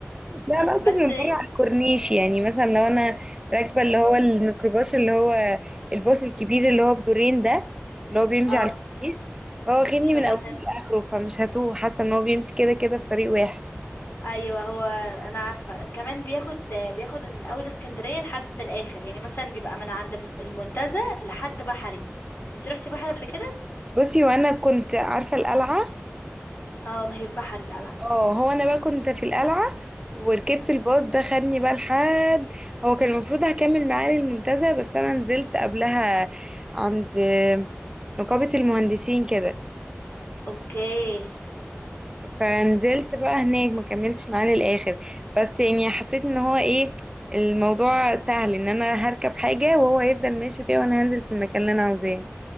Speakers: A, on the right; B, on the left.
A: لا انا اقصد
B: بس
A: من بره على الكورنيش يعني مثلا لو انا راكبه اللي هو الميكروباص اللي هو الباص الكبير اللي هو بدورين ده اللي هو بيمشي
B: اه
A: على الكورنيش فهو واخدني
B: المشوار
A: من اوله
B: عندنا
A: لاخره فمش هتوه حاسه ان هو بيمشي كده كده في طريق واحد
B: ايوه هو انا عارفه كمان بياخد بياخد من اول اسكندريه لحد الاخر يعني مثلا بيبقى من عند المنتزه لحد بحري انت رحتي بحري قبل كده
A: بصي وانا كنت عارفه القلعه
B: اه ما هي بحري القلعه
A: اه هو انا بقى كنت في القلعه وركبت
B: مم.
A: الباص ده خدني بقى لحد هو كان المفروض هكمل معاه للمنتزه بس انا نزلت قبلها عند نقابه المهندسين كده
B: اوكي
A: فنزلت بقى هناك ما كملتش معاه للاخر بس يعني حسيت ان هو ايه الموضوع سهل ان انا هركب حاجة وهو هيفضل ماشي بيها وانا هنزل في المكان اللي انا عاوزاه